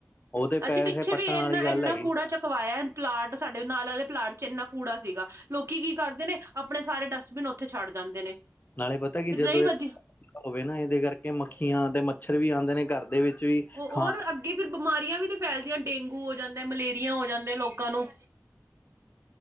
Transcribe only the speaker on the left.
ਉਹ ਤੇ ਪੈਸੇ
ਪੱਟਣ
ਵਾਲੀ
ਗੱਲ
ਹੈਗੀ
ਨਾਲੇ ਪਤਾ ਕੀ
ਜਦੋਂ
ਏ ਹੋਵੇ ਨਾ ਇਹਦੇ ਕਰਕੇ ਮੱਖੀਆਂ ਤੇ ਮੱਛਰ ਵੀ ਆਂਦੇ ਨੇ ਘਰ ਦੇ ਵਿੱਚ ਵੀ
ਖਾਣ